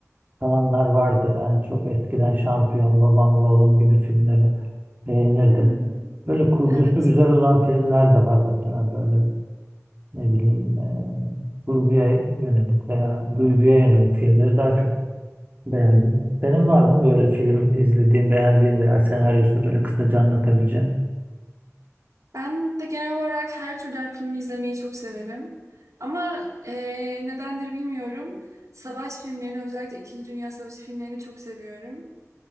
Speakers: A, on the right (about 30°); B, on the right (about 70°).
A: kalanlar vardı yani çok eskiden Şampiyon, Babam ve Oğlum gibi filmleri beğenirdim.
B: Hmm,
A: Böyle kurgusu
B: evet.
A: güzel olan filmler de var mesela böyle ne bileyim e, kurguya yönelik veya duyguya yönelik filmleri daha çok Beğendim. Senin var mı böyle film izlediğin, beğendiğin veya senaryosunu böyle kısaca anlatabileceğin?
B: Ben de genel olarak her türden filmi izlemeyi çok severim. Ama eee, nedendir bilmiyorum. Savaş filmlerini, özellikle İkinci Dünya Savaşı filmlerini çok seviyorum.